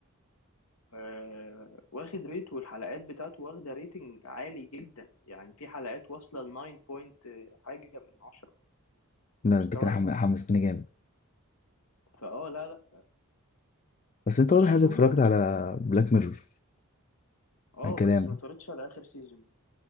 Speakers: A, on the left (about 80°); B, on the left (about 35°).
A: آه، واخد ريت والحلقات بتاعته واخدة ريتنج عالي جدا يعني في حلقات واصلة ل 9 بوينت حاجة من 10
B: لا
A: انت مستوعب
B: انت كده حم- حمستني جامد
A: فاه لا لا
B: بس انت
A: خش
B: واضح ان انت
A: شوف
B: اتفرجت
A: ال
B: على بلاك ميرور
A: اه
B: عن كلامك
A: بس ما اتفرجتش على اخر سيزون